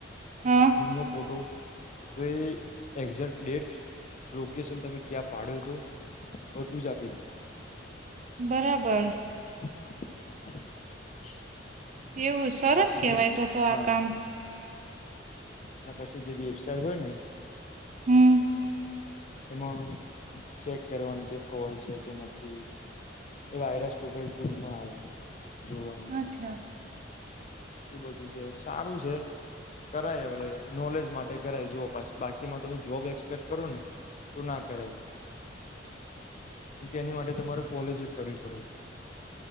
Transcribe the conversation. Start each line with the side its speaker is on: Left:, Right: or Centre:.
Right: હા
Left: જૂનો ફોટો તો એ એક્ઝેક્ટ ડેટ લોકેશન તમે ક્યાં પાડ્યો તો, બધું જ આપી દે.
Right: બરાબર.
Left: <unintelligible>
Right: એવું સરસ
Left: પછી
Right: કેવાય
Left: જે,
Right: તો તો
Left: હા.
Right: આ કામ
Left: ના પછી જે વેબસાઈડ હોય ને
Right: હમ.
Left: એમાં ચેક કરવાનું કે ફ્રોડ છે કે નથી. એ વાયરસ ટોટલ ટૂલમાં આવે છે જોવાનું.
Right: અચ્છા
Left: એ બધું છે, સારું છે. કરાય હવે. નોલેજ માટે કરાય. જો પાછ બાકીમાં તો જોબ એક્સપેક્ટ કરો ને તો ના કરાય. કેમકે એની માટે તમારે કોલેજ જ કરવી પડે.